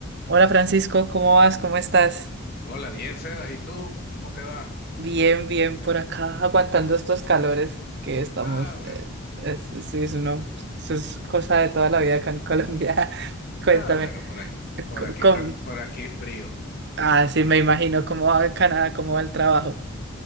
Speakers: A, on the right; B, on the left.
A: Hola Francisco, ¿cómo vas? ¿Cómo estás?
B: Hola, bien, Sebas, ¿y tú? ¿Cómo te va?
A: Bien, bien por acá, aguantando estos calores que estamos.
B: Ah, bueno,
A: eh, es, sí, es uno, eso es cosa de toda la vida acá en Colombia. <laughs> Cuéntame,
B: ah, bueno, por aquí, por
A: co-
B: aquí,
A: ¿cómo?
B: tam- por aquí frío.
A: Ah, sí, me imagino cómo va en Canadá, cómo va el trabajo.